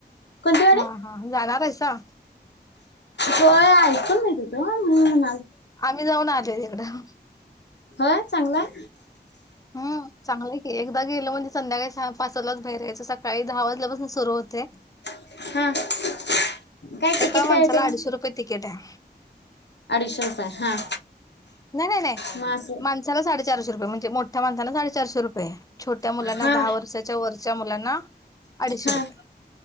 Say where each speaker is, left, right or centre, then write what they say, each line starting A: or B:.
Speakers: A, on the left; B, on the left.
A: कोणती वाडी?
B: हा हा जाणार आहेसा?
A: होय ऐकून माहित होत म्हणुन
B: आम्ही जाऊन आलोय तिकडं.
A: होय चांगलाय
B: हम् चांगलंय की एकदा गेलं म्हणजे संध्याकाळी सहा पाचलाच बाहेर यायच सकाळी दहा वाजल्यापासून सुरू होते.
A: हा काय तिकिट
B: एका माणसाला
A: काय आहे त्याला?
B: अडीचशे रुपये तिकीट आहे.
A: अडीचशे रुपये हा.
B: नाही नाही नाही
A: मग असं
B: माणसाला साडेचारशे रुपये म्हणजे मोठ्या माणसाला साडे चारशे रुपये छोट्या मुलांना
A: हा
B: दहा वर्षाच्या वरच्या मुलांना अडीचशे
A: हा
B: रुपये